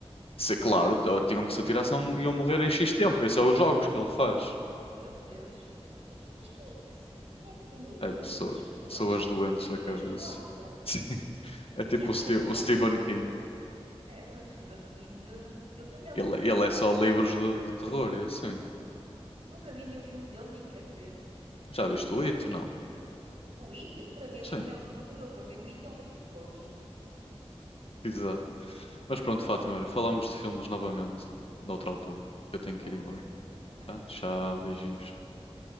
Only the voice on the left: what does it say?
Se,
claro, t- tinham que se atirar, senão iam morrer em X tempo, esses são os jogos que ele faz.
É pessoa-
pessoas
doentes
da cabeça.
<laughs> É tipo
o, Ste-
o
Stephen
King.
Ele,
ele
é só
livros
de, de terror e é assim.
Já viste
o It? Não.
Sim,
exato. Mas pronto, Fátima, olha, falamos de filmes novamente noutra altura. Eu tenho que
ir embora.
Tá?
Tchau,
beijinhos.